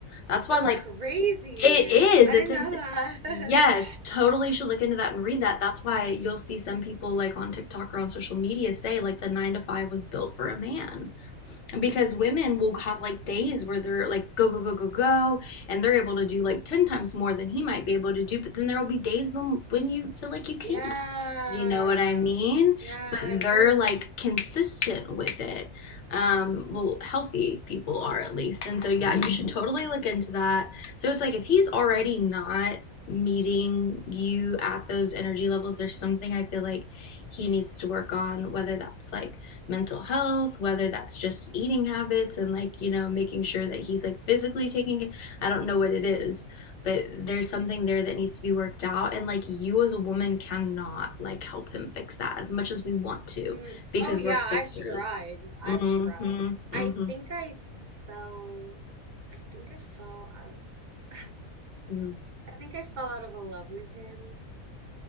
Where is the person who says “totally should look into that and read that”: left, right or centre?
Left